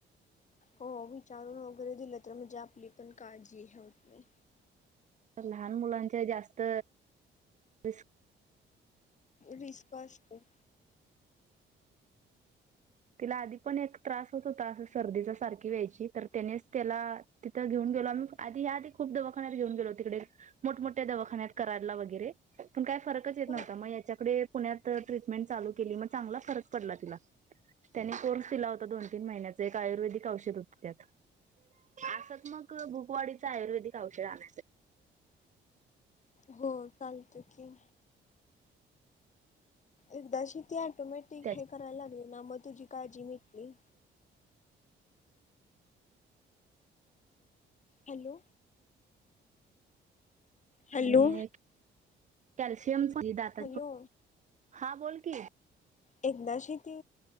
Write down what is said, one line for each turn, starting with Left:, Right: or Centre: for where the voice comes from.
Left: हो विचारून वगैरे दिलं तर म्हणजे आपली पण काळजी आहे होत नाही
Right: ना लहान मुलांच्या जास्त रि
Left: रिस्क अस असत
Right: तिला आधी पण एक त्रास होत होता सर्दीचा सारखी व्यायची तर त्यानेच त्याला तिथं घेऊन गेलो आ्ही आधी ह आध खूप दवाखान्यात घेऊन गेलो तिकडे मोठमठ्या दवाखान्यात करायला वगैरे पण काही फरकच येत
Left: हा
Right: नव्हता मग याच्याकडे पुण्यात ट्रीटमेंट चालू केली म चांगला खरज पडला तिला त्याने कोर्स दिला होता दोन तीन महिन्याच एक आयुर्वेदिक औषध होत त्यात असात मग भूकवाडीच आयुर्वेदिक औषध आण
Left: हो चालत की एकदाशी ते ऑटोमॅटिक
Right: त्याच्या
Left: हे करायला लागले ना मग तुझी काळजी मिटली हॅलो हॅलो
Right: आणि कॅल्शियम दात
Left: हॅलो
Right: हा बोल कीस
Left: एकदा शेती